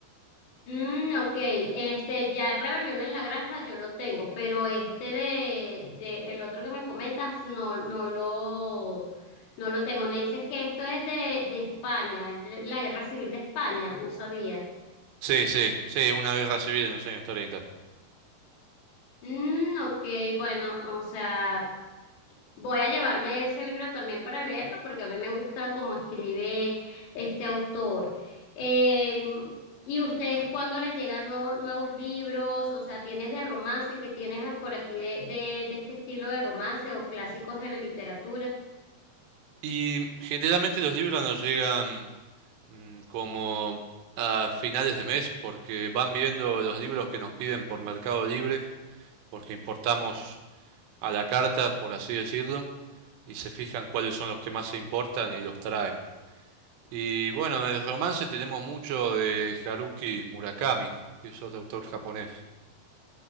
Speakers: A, on the left; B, on the right.
A: Mm, ok, este ya Rebelión en la Granja yo lo tengo, pero este de, de el otro que me comentas no, no lo, no lo tengo. Me dices que esto es de, de España, es la la Guerra Civil de España, no sabía.
B: Sí, sí, sí, una guerra civil en los años treinta.
A: Mm, ok, bueno, o sea, Voy a llevarme ese libro también para leerlo porque a mí me gusta cómo escribe este autor. Eh, ¿y ustedes cuándo les llegan nuevo- nuevos libros? O sea, ¿tienes de romance que tienes por aquí de, de de este estilo de romance o clásicos de la literatura?
B: Y generalmente los libros nos llegan mm, como a finales de mes porque van viendo los libros que nos piden por Mercado Libre, porque importamos a la carta, por así decirlo, y se fijan cuáles son los que más se importan y los traen. Y bueno, el romance tenemos mucho de Haruki Murakami, que es otro autor japonés.